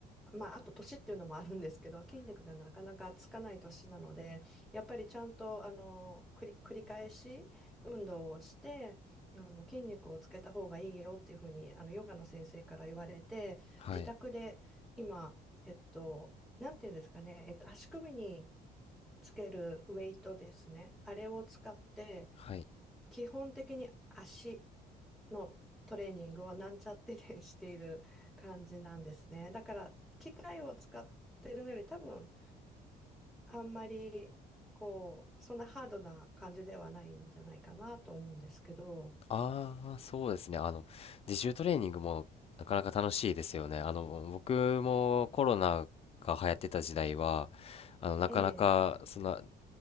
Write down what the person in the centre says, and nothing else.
まあ、あと年っていうのもあるんですけど、筋力がなかなかつかない年なので、やっぱりちゃんとあの繰り、繰り返し運動をして、あの筋肉をつけた方がいいよっていうふうにあのヨガの先生から言われて、
自宅で今、えっと、なんていうんですかね、えっと、足首につけるウェイトですね、あれを使って、
基本的に足のトレーニングをなんちゃってでしている感じなんですね。だから機械を使ってるのより多分あんまりこうそんなハードな感じではないんじゃないかなと思うんですけど。
ええ、